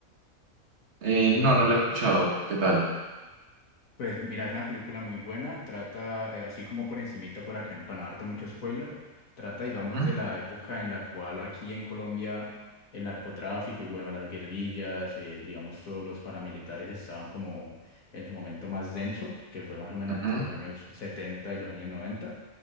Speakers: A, on the right (about 55°); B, on the left (about 70°).
A: Eh, no, no la he escuchado. ¿Qué tal?
B: Pues mira, es una película muy buena, trata, eh, así como por encimita para que, para no darte mucho spoiler, trata, digamos,
A: ¿Mm?
B: de la época en la cual aquí en Colombia el narcotráfico y bueno, las guerrillas, eh, digamos, todos los paramilitares estaban como en su momento más denso, que fue más o menos
A: Ujú,
B: entre los años 70 y los años 90.